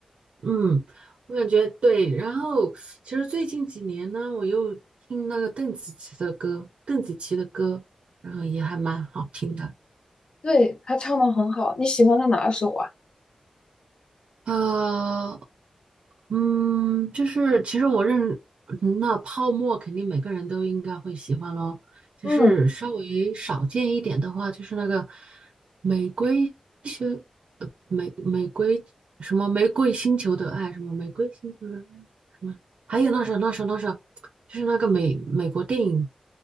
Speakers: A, on the right; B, on the left.
A: 嗯，我感觉对。然后其实最近几年呢，我又听那个邓紫棋的歌，邓紫棋的歌，然后也还蛮好听的。
B: 对，他唱的很好。你喜欢他哪首啊？
A: 呃嗯，就是其实我认，嗯那泡沫肯定每个人都应该会喜欢咯。就是稍微少见一点的话，
B: 嗯，
A: 就是那个玫瑰星，呃玫玫瑰什么玫瑰星球的爱，什么玫瑰星球的爱，还有那首那首那首，就是那个美美国电影